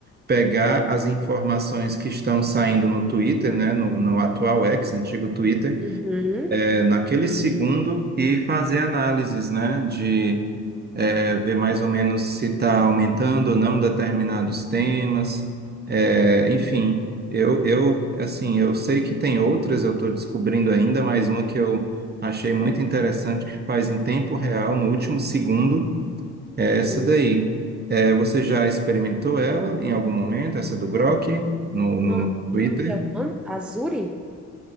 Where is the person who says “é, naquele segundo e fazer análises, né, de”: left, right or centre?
Right